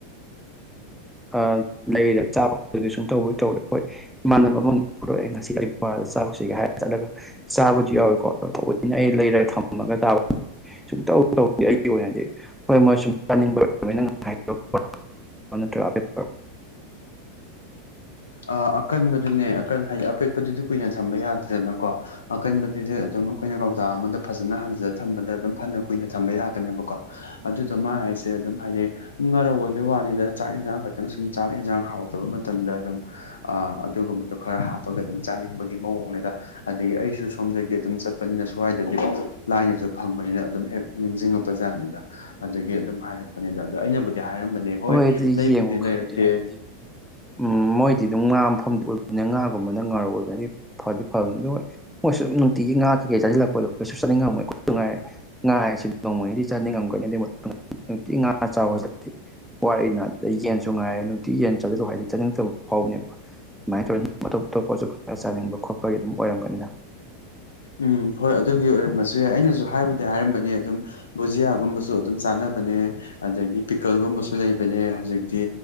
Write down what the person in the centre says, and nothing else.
ꯑꯥ ꯂꯩꯔ <unintelligible> ꯑꯗꯨꯗꯤ ꯁꯨꯝ ꯇꯧꯕ ꯇꯧꯔꯦ ꯍꯣꯏ ꯏꯃꯥꯟꯅꯕ ꯑꯃꯅꯤ ꯄꯨꯔꯛꯑꯦ ꯉꯁꯤ ꯑꯩ ꯕꯣꯔꯥꯗ ꯆꯥꯎꯁꯤꯒꯦ ꯍꯥꯏꯔ ꯆꯠꯂꯒ ꯆꯥꯕꯨꯗꯤ ꯌꯥꯎꯋꯦꯀꯣ ꯊꯑꯣꯏꯅ ꯑꯩ ꯂꯩꯔꯒ ꯊꯝꯃꯒ ꯆꯥꯕ ꯁꯨꯡꯇꯧ ꯇꯧꯗꯦ ꯑꯩꯒꯤ ꯑꯣꯏꯅꯗꯤ ꯍꯣꯏ ꯃꯣꯏ ꯁꯨꯝ ꯆꯥꯅꯤꯡꯕ <unintelligible> ꯅꯠꯇ꯭ꯔꯒ <unintelligible>
ꯍꯣꯏ ꯑꯗꯨꯗꯤ
ꯌꯦꯡꯉꯣ ꯈꯪꯗꯦ
ꯍꯥꯏꯕꯗꯤ ꯎꯝ ꯃꯣꯏꯗꯤ ꯑꯗꯨꯝ ꯉꯥ ꯃꯐꯝꯗꯤ ꯑꯣꯏꯕꯅꯦ ꯉꯥꯒꯨꯝꯕꯅ ꯉꯥꯔꯧ ꯑꯣꯏꯕꯅꯤ ꯐꯗꯤ ꯐꯕꯅꯤ ꯑꯗꯨ ꯍꯣꯏ ꯃꯣꯏꯁꯨꯝ ꯅꯨꯡꯇꯤꯒꯤ ꯉꯥ ꯀꯩꯀꯩ ꯆꯥꯖꯤꯜꯂꯛꯄꯗꯣ ꯀꯩꯁꯨ ꯆꯥꯅꯤꯡꯉꯝꯃꯣꯏ ꯈꯣꯏꯖꯨ ꯉꯥꯏꯔꯦ ꯉꯥ ꯍꯥꯏꯁꯤ ꯅꯣꯡꯃꯅꯤꯗꯤ ꯆꯥꯅꯤꯡꯉꯝꯒꯅꯤ ꯑꯗꯨꯏ ꯃꯇꯨꯡ ꯅꯨꯡꯇꯤ ꯉꯥ ꯆꯥꯎ ꯍꯥꯏꯁꯤꯗꯤ ꯋꯥꯔꯛꯏꯅ ꯑꯗꯩ ꯌꯦꯟꯁꯨ ꯉꯥꯏꯔꯦ ꯅꯨꯡꯇꯤ ꯌꯦꯟ ꯆꯥꯖꯤꯜꯂꯣ ꯍꯥꯏꯗꯤ ꯆꯥꯅꯤꯡꯇꯕ ꯐꯥꯎꯕꯅꯦꯕ ꯃꯥꯏꯟ ꯇꯧꯔꯦ ꯑꯇꯣꯞ ꯑꯇꯣꯞꯄꯁꯨ ꯈꯔ ꯆꯥꯅꯤꯡꯕ ꯈꯣꯠꯄꯒꯤ ꯑꯗꯨꯝ ꯑꯣꯏꯔꯝꯒꯅꯤꯗ